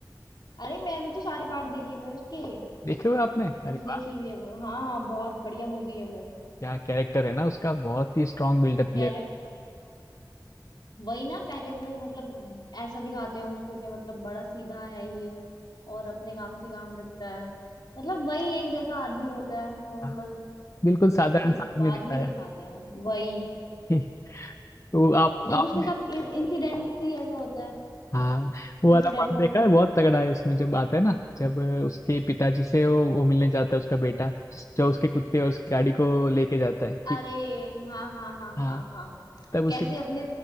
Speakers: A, on the left (about 65°); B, on the left (about 40°).
A: अरे मैंने तो सारे पार्ट देखे हुए हैं उसके
B: देखे हुए आपने
A: मैंने
B: अरे
A: तो देखी
B: वाह
A: हुई है वो हाँ हाँ बहुत बढ़िया मूवी है वो
B: क्या कैरेक्टर है ना उसका बहुत ही स्ट्रांग बिल्डअप दिया
A: कैरेक्ट
B: है
A: वही ना पहले वो मतलब ऐसा दिखाते हैं उसको कि मतलब बड़ा सीधा है ये और अपने काम से काम रखता है मतलब वही एक जैसा आदमी होता है नॉर्मल
B: हाँ, बिल्कुल साधारण
A: और फिर
B: सा आदमी
A: बाद
B: दिखाया
A: में दिखाते हैं वही
B: है। <laughs> तो आप
A: जब
B: आप
A: उसके साथ इंसिडेंट ही ऐसा होता है
B: हाँ वो वाला
A: इंसिडेंट
B: पार्ट
A: हो
B: देखा है बहुत तगड़ा है उसमें जब आता है ना जब उसके पिताजी से वो, वो मिलने जाता है उसका बेटा जिस- जो उसके कुत्ते और उसकी गाड़ी को लेके जाता है ठीक
A: अरे हाँ हाँ हाँ
B: हाँ
A: हाँ हाँ
B: तब उसके
A: कैसे अपने